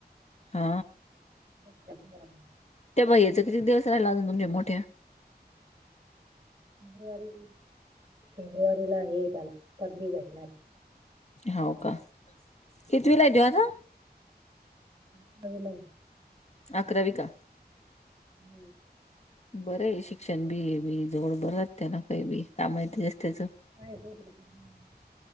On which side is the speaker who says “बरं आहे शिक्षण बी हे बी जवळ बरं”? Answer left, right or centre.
Left